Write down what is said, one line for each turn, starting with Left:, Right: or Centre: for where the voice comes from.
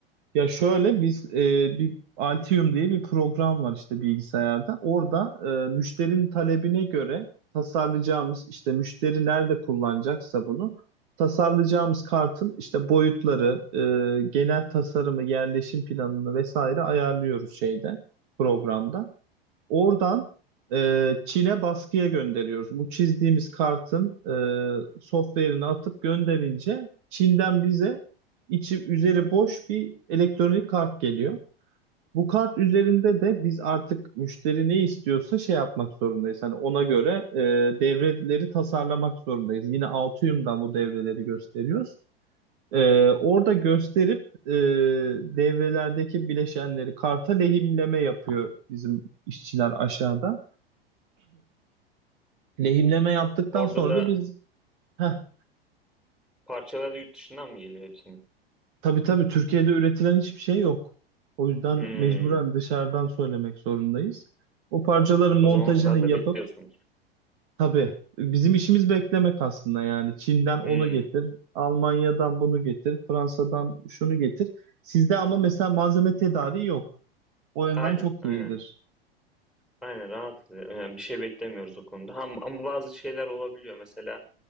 Right: ya şöyle biz e, bir Altium diye bir program var işte bilgisayarda. Orada e, müşterinin talebine göre tasarlayacağımız işte müşteri nerede kullanacaksa bunu tasarlayacağımız kartın işte boyutları, e, genel tasarımı, yerleşim planını vesaire ayarlıyoruz şeyde programda. Oradan e, Çin'e baskıya gönderiyoruz. Bu çizdiğimiz kartın e, software'ini atıp gönderince Çin'den bize içi üzeri boş bir elektronik kart geliyor. Bu kart üzerinde de biz artık müşteri ne istiyorsa şey yapmak zorundayız. Hani ona göre e, devreleri tasarlamak zorundayız. Yine Altium'dan bu devreleri gösteriyoruz. E, orada gösterip e, devrelerdeki bileşenleri karta lehimleme yapıyor bizim işçiler aşağıda. Lehimleme yaptıktan
Centre: Orada
Right: sonra
Centre: da
Right: da biz heh,
Centre: parçaları yurt dışından mı geliyor hepsini?
Right: tabii tabii Türkiye'de üretilen hiçbir şey yok. O yüzden
Centre: Hmm.
Right: mecburen dışarıdan söylemek zorundayız. O parçaların
Centre: O
Right: montajını
Centre: zaman onlarda
Right: yapıp
Centre: bekliyorsunuz.
Right: tabii bizim işimiz beklemek aslında yani. Çin'den onu
Centre: Hmm.
Right: getir, Almanya'dan bunu getir, Fransa'dan şunu getir. Sizde ama mesela malzeme tedariği yok. O yönden
Centre: Aynen,
Right: çok
Centre: aynen.
Right: iyidir.
Centre: Aynen rahatız. Yani bir şey beklemiyoruz o konuda. Ama, ama bazı şeyler olabiliyor. Mesela